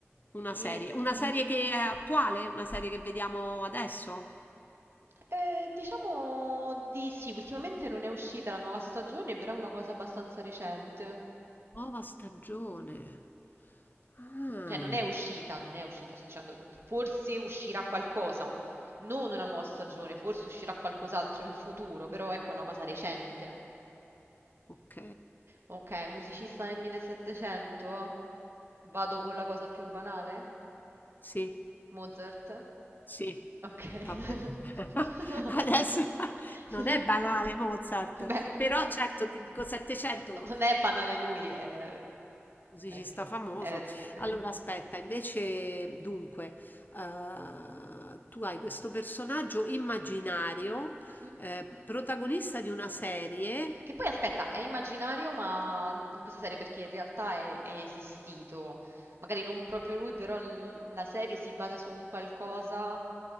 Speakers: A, on the left; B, on the right.
A: Una
B: I...
A: serie. Una serie che è attuale? Una serie che vediamo adesso?
B: Eh, diciamo di sì, ultimamente non è uscita la nuova stagione, però è una cosa abbastanza recente.
A: Nuova stagione. Ah,
B: Cioè non è uscita, non è uscita, sto dicendo, forse uscirà qualcosa, non una nuova stagione, forse uscirà qualcos'altro in futuro, però ecco è una cosa recente.
A: ok.
B: Ok, musicista nel 1700? Vado con la cosa più banale?
A: Sì.
B: Mozart?
A: Sì,
B: Ok.
A: va bene. <laughs>
B: <laughs>
A: Adesso <laughs> non è banale Mozart,
B: Beh,
A: però certo ti dico 700,
B: no, non è banale lui, è
A: musicista
B: È che...
A: famoso.
B: Eh sì. <laughs>
A: Allora aspetta, invece dunque, eh, tu hai questo personaggio immaginario,
B: Mhm.
A: eh, protagonista di una serie
B: Che poi aspetta, è immaginario, ma in questa serie perché in realtà è, è esistito. Magari non proprio lui, però l- la serie si basa su un qualcosa